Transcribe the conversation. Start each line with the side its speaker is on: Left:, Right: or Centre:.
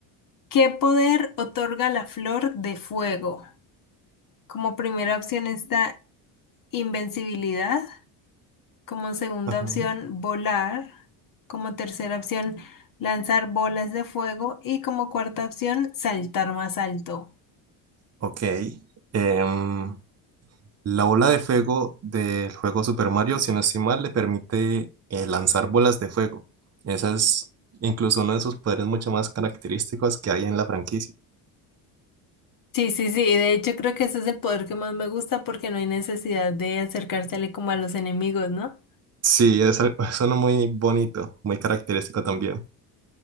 Left: ¿Qué poder otorga la flor de fuego? Como primera opción está invencibilidad, como segunda
Right: Ajá.
Left: opción volar, como tercera opción lanzar bolas de fuego y como cuarta opción saltar más alto.
Right: Ok. Em, La bola de fuego del juego Super Mario, si no estoy mal, le permite eh, lanzar bolas de fuego. Esa es incluso uno de sus poderes mucho más característicos que hay en la franquicia.
Left: Sí, sí, sí, y de hecho creo que ese es el poder que más me gusta porque no hay necesidad de acercársele como a los enemigos, ¿no?
Right: Sí, es algo, es uno <laughs> muy bonito, muy característico también.